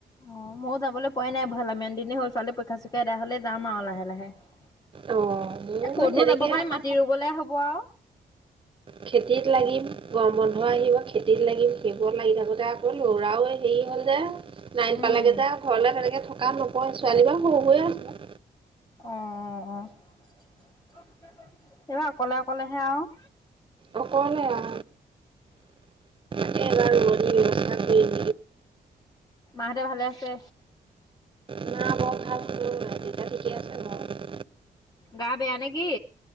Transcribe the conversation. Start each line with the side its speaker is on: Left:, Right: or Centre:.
Left: অ' ময়ো যাবলৈ পোৱাই নাই ভালেমান দিনে হ'ল ছোৱালী পৰীক্ষা চৰীক্ষা হ'লে যাম আৰু লাহে লাহে। এ
Right: অ' মোৰো হয়
Left: কনো
Right: তেনেকে
Left: যাব পাৰি
Right: আকৌ
Left: মাটি ৰুবলে হ'ব আৰু।
Right: খেতিত লাগিম গৰম বন্ধ আহিব খেতিত লাগিম শেইবত লাগি থাকোতে আকৌ লৰাও হেৰি হ'ল যে। নাইন
Left: উম,
Right: পালোগে যে ঘৰলে তেনেকে থকা নকয় ছোৱালী বাৰু হৈ আছো।
Left: অ 'এইবাৰ অকলে অকলেহে আৰু।
Right: অকলে আও এবাৰ ওৰণি
Left: মাহঁতে ভালে আছে।
Right: আছোঁ মা বৰ ভাল নহয় দেউতা ঠিকে আছে
Left: গা বেয়া নেকি?